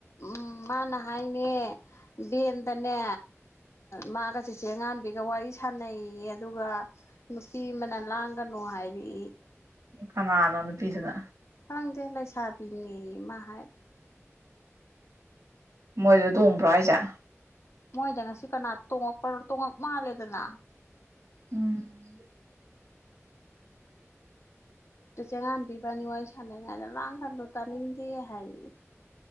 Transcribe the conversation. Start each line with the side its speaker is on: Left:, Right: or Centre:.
Left: ꯎꯝ ꯃꯥꯅ ꯍꯥꯏꯉ ꯕꯦꯟꯗꯅꯦ ꯃꯥꯒ ꯆꯤꯆꯦ ꯑꯉꯥꯝꯕꯤꯒ ꯋꯥꯔꯤ ꯁꯥꯟꯅꯩꯌꯦ ꯑꯗꯨꯒ ꯅꯨꯄꯤ ꯑꯃꯅ ꯂꯥꯡꯒꯅꯨ ꯍꯥꯏꯔꯤ
Right: ꯎ ꯀꯅꯥꯅꯣ ꯅꯨꯄꯤꯗꯨꯅ
Left: ꯐꯥꯡ ꯗꯦꯍꯂꯥꯏ ꯁꯥꯕꯤꯅꯤ ꯃꯍꯔ
Right: ꯃꯣꯏꯗꯣ ꯇꯣꯡꯕ꯭ꯔꯣ ꯑꯩꯁꯦ
Left: ꯃꯣꯏꯗ ꯉꯁꯤ ꯀꯅꯥ ꯇꯣꯡꯉꯛꯄ ꯇꯣꯡꯉꯛ ꯃꯥꯜꯂꯦꯗꯅ
Right: ꯎꯝ
Left: ꯑꯗꯨ ꯆꯦꯉꯥꯝꯤꯕꯅꯤ ꯋꯥꯔꯤ ꯁꯥꯟꯅꯩꯉꯥꯏꯗ ꯂꯥꯡ ꯀꯟꯗꯣ ꯇꯥꯅꯤꯡꯗꯦ ꯍꯥꯏ